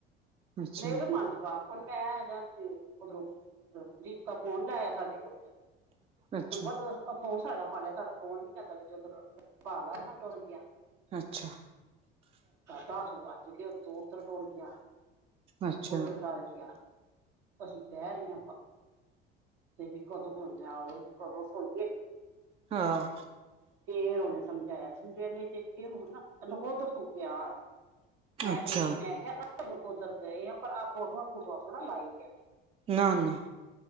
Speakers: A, on the right; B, on the right.
A: ਅੱਛਾ
B: ਮੇਰੇ ਮਨ ਚ ਪਾਪ ਮੈਂ ਹਜਾ ਉਧਰੋਂ ਦੀਪਿਕਾ ਫੋਨ ਲਾਇਆ ਸਾਡੇ ਕੋਲ ਫ
A: ਅੱਛਾ
B: <unintelligible> ਫੋਨ ਸਾਡਾ ਪਾ ਲਿਆ ਸਾਡਾ ਫੋਨ ਮਹੀਨਾ ਦਾਵੇ ਜ ਪਾ ਲਾ ਉਹਨਾ ਤੁਰ ਗਿਆ
A: ਅੱਛਾ
B: ਦੱਸ ਵੱਜ ਕੇ ਉੱਥੋਂ ਉੱਧਰ ਟੁੜ ਗਿਆ
A: ਅੱਛਾ
B: ਉਹ ਤਲਟਾ ਰੱਖਿਆ ਅਸੀਂ ਬਹਿ ਰਹੀ ਹਾਂ ਤੇ ਵੀ ਕਦੋਂ ਮੰਨਿਆ ਆਵੇ ਤੇ ਕਦੋਂ ਸੋਈਏ
A: ਹਾਂ
B: ਫੇਰ ਉਹਨੇ ਸਮਝਾਇਆ ਸਮਝਾਇਆ ਨਹੀਂ ਤੇ ਇਹ ਹੁਣ ਨਾ ਤ ਨਕੋਦਰ ਤੂੰ ਕਿਹਾ ਮੈਂ
A: ਅੱਛਾ
B: ਗਈ ਤੇ ਮੈਂ ਕਿਹਾ ਮੈਨੂੰ ਉਧਰ ਗਏ ਆ ਪਰ ਆਪ ਉੱਠ ਠਆ ਥੋੜਾ ਲਾਈ ਦੀਆਂ ਨੇ
A: ਨਾ ਨਾ